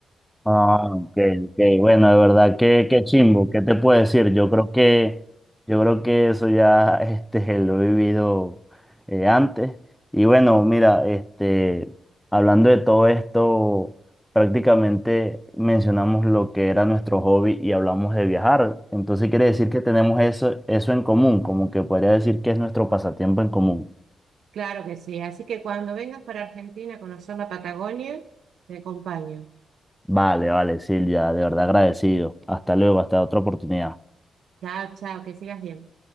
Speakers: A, in the centre; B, on the right.
A: Ah, ok, ok. Bueno, de verdad, qué, qué chimbo, ¿qué te puedo decir? Yo creo que, yo creo que eso ya este, <laughs> lo he vivido eh, antes. Y bueno, mira, este, hablando de todo esto, prácticamente mencionamos lo que era nuestro hobby y hablamos de viajar. Entonces quiere decir que tenemos eso, eso en común, como que podría decir que es nuestro pasatiempo en común.
B: Claro que sí. Así que cuando vengas para Argentina a conocer la Patagonia, te acompaño.
A: Vale, vale, Silvia, de verdad agradecido. Hasta luego, hasta otra oportunidad.
B: Chao, chao, que sigas bien.